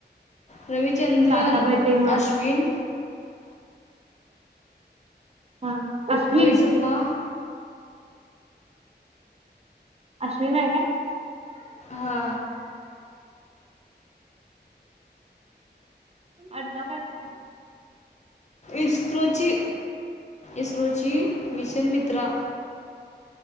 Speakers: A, on the left; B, on the right.
A: रविचंद्रन
B: आता ब तेव्हा
A: अश्विन.
B: हा. अश्विन
A: रोहित शर्मा.
B: अश्विन आहे काय.
A: हा.
B: आडनाव काय त्यांचं.
A: ईस्त्रो ची इस्रोची मिशन मित्रा